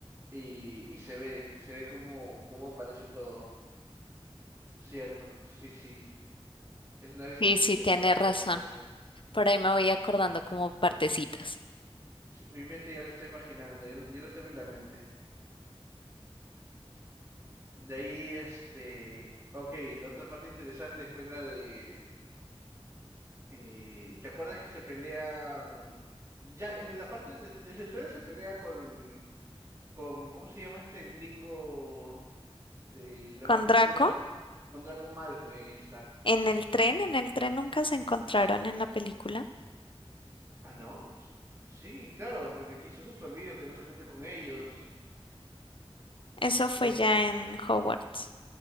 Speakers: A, on the right; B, on the left.
A: y, y se ve, se ve cómo, cómo aparece todo. Cierto, sí, sí. Es una vista
B: Y
A: espectacular,
B: sí, tiene razón.
A: ya me acuerdo.
B: Por ahí me voy acordando como partecitas.
A: Sí, mi mente ya lo estoy imaginando, ya, lo- ya lo tengo en la mente. De ahí, este, ok, la otra parte interesante fue la de Eh, ¿te acuerdas que se pelean? Ya en la parte, des- desde, el tren se pelea con, con, ¿cómo se llama este el gringo de la
B: Con
A: marca
B: Draco,
A: oscura? Con Draco Malfoy, ahí está.
B: en el tren, en el tren nunca se encontraron en la película.
A: Ah, ¿no? S- Sí, claro, se le quiso ser su amigo que no se junte con ellos.
B: Eso fue
A: ¿O eso
B: ya en Hogwarts.